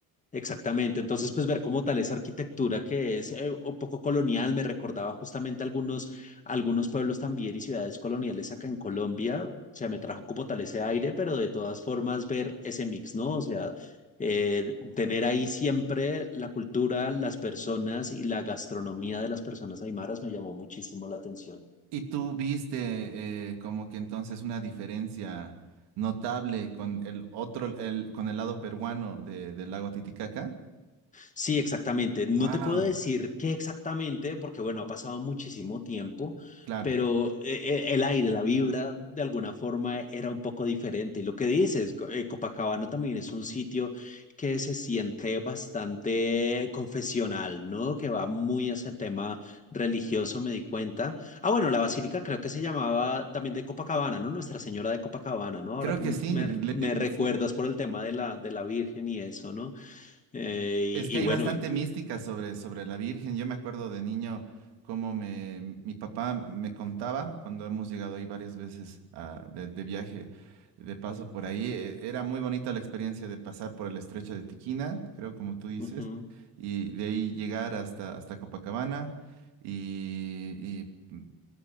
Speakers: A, on the left; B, on the right.
A: Exactamente, entonces pues ver como tal esa arquitectura que es eh, un poco colonial, me recordaba justamente algunos, algunos pueblos también y ciudades coloniales acá en Colombia, o sea, me trajo como tal ese aire, pero de todas formas ver ese mix, ¿no? O sea, eh, tener ahí siempre la cultura, las personas y la gastronomía de las personas aymaras me llamó muchísimo la atención.
B: ¿Y tú viste eh, como que entonces una diferencia notable con el otro, el, con el lado peruano de- del lago Titicaca?
A: Sí, exactamente. No
B: Wow.
A: te puedo decir qué exactamente, porque bueno, ha pasado muchísimo tiempo,
B: Claro,
A: pero eh, eh, el aire, la vibra, de alguna forma e, era un poco diferente. Y lo que dices, co- eh, Copacabana también es un sitio que se siente bastante confesional, ¿no? Que va muy hacia el tema religioso, me di cuenta. Ah, bueno, la basílica creo que se llamaba también de Copacabana, ¿no? Nuestra Señora de Copacabana, ¿no? Ahora
B: creo
A: que
B: que sí,
A: me,
B: le-
A: me
B: le-
A: recuerdas
B: sí.
A: por el tema de la, de la Virgen y eso, ¿no? Eh,
B: Es que
A: y, y
B: hay
A: bueno,
B: bastante
A: y-
B: mística sobre, sobre la Virgen. Yo me acuerdo de niño cómo me, mi papá me contaba cuando hemos llegado ahí varias veces ah, de, de viaje, de paso por ahí. E- Era muy bonita la experiencia de pasar por el estrecho de Tiquina, creo como tú dices,
A: ujú,
B: y de ahí llegar hasta, hasta Copacabana y, y, mm,